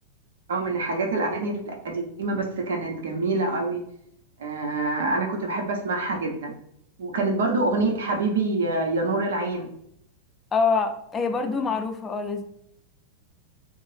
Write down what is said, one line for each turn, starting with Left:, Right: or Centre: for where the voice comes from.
Right: اه من حاجات الاغاني القديمه بس كانت جميله قوي آه، انا كنت بحب اسمعها جدا وكانت برضو اغنية حبيبي آه، يا نور العين
Left: اه هي برضو معروفة اه